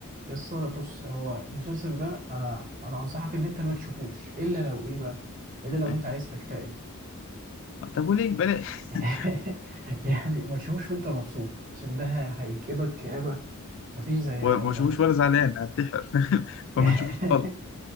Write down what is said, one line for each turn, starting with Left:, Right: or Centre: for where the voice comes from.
Right: يس بص هو المسلسل ده انا انا انصحك ان انت ما تشوفوش الا لو ايه بقى الا لو
Left: ايوه
Right: انت عايز تكتئب
Left: طب وليه بلاش <laughs>
Right: <laughs> يعني ما تشوفوش وانت مبسوط عشان ده هي- هيكئبك كآبة مفيش زيها
Left: وما
Right: والله
Left: اشوفوش
Right: يا اخي
Left: ولا زعلان هنتحر <laughs> فما
Right: <laughs>
Left: تشوفوش خالص